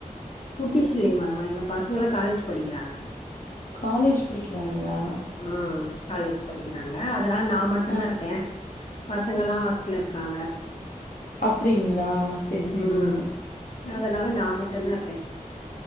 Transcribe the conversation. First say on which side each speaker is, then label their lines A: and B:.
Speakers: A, on the left; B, on the left.
A: குட்டி சில்லைங்க மேடம் எங்க பசங்களா காலேஜ் படிக்கிறாங்க
B: காலேஜ் படிக்கிறாங்ளா
A: ஆ காலேஜ் படிக்கிறாங்க அதனால நா மட்டுதா
B: ஆ
A: இருக்கே பசங்கலா ஹாஸ்டல இரு க்காங்க
B: அப்டிங்ளா செரி செரிங்க
A: ம் அதனால நா மட்டும்தா இருக்க